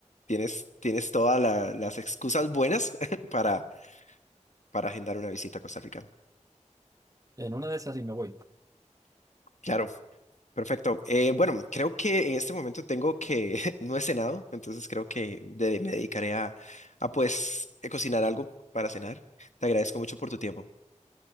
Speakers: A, on the left; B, on the right.
A: Tienes, tienes todas la- las excusas buenas <laughs> para, para agendar una visita a Costa Rica.
B: En una de esas y me voy.
A: Claro, perfecto. Eh, bueno, creo que en este momento tengo que, <laughs> no he cenado, entonces creo que de- me dedicaré a, a pues eh, cocinar algo para cenar. Te agradezco mucho por tu tiempo.